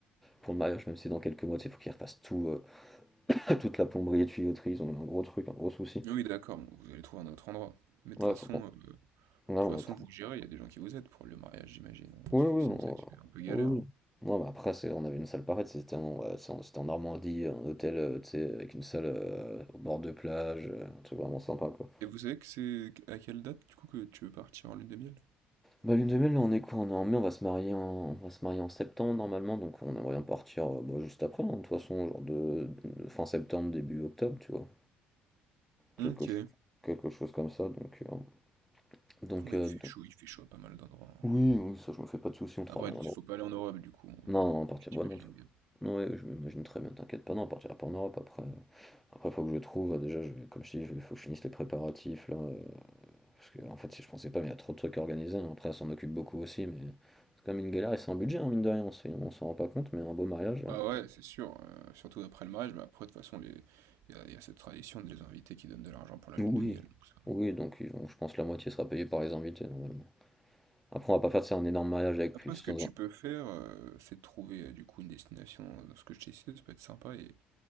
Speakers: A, in the centre; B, on the right (about 70°).
A: pour le mariage, même si dans quelques mois, tu sais, faut qu'ils refassent tout, euh, <laughs> toute la plomberie et tuyauterie, ils ont eu un gros truc, un gros souci.
B: Ah Oui, d'accord, bon, vous allez trouver un autre endroit. Mais de
A: Ouais,
B: toute façon,
A: faut qu'on,
B: euh, de
A: ouais,
B: toute
A: on
B: façon,
A: a trop.
B: vous gérez, il y a des gens qui vous aident pour le mariage, j'imagine, hein,
A: Oui,
B: parce que
A: oui,
B: sinon
A: on-
B: ça va être un peu galère.
A: oui,
B: hein.
A: oui. Non, mais après, c'est, on avait une salle pareille, c'était en, ouais, c'est en- c'était en Normandie, un hôtel, euh, tu sais, avec une salle euh, au bord de plage, euh, un truc vraiment sympa, quoi.
B: Et vous savez que c'est à quelle date, du coup, que tu veux partir en lune de miel?
A: Bah, lune de miel, là, on est quoi? On est en mai, on va se marier en, on va se marier en septembre, normalement, donc on aimerait bien partir euh, bah, juste après, hein, de toute façon, genre de, de fin septembre, début octobre, tu vois.
B: Ok.
A: Quelque, ch- quelque chose comme ça, donc... euh, donc,
B: Oui,
A: euh,
B: il fait
A: donc-
B: chaud, il fait chaud à pas mal d'endroits. hein.
A: Oui, oui, ça, je me fais pas de soucis, on travaille
B: Après, il
A: bien.
B: faut pas aller en Europe, du coup, hein,
A: Non, non, on partira.
B: tu t'imagines
A: Bah non, tout.
B: bien.
A: Non, ouais, je m'imagine très bien, t'inquiète pas, non, on partira pas en Europe après. euh, Après, faut que je trouve, euh, déjà, je vais- comme je te dis, il faut que je finisse les préparatifs, là. euh, parce que, en fait, si je pensais pas, mais il y a trop de trucs à organiser. hein. Après, on s'en occupe beaucoup aussi, mais c'est quand même une galère et c'est un budget, hein, mine de rien, on s'en on s'en rend pas compte, mais un beau mariage, là.
B: Ah ouais, c'est sûr, euh, surtout après le mariage, mais après, de toute façon, les... il y a, il y a cette tradition de les inviter qui donnent de l'argent pour la lune
A: Oui.
B: de miel. tout ça.
A: Oui, donc ils vont- je pense que la moitié sera payée par les invités, normalement. Après, on va pas faire ça un énorme mariage avec
B: Après,
A: plus
B: ce que
A: de...
B: tu peux faire, euh, c'est de trouver euh, du coup une destination, euh, dans ce que je t'ai cité, ça peut être sympa, et,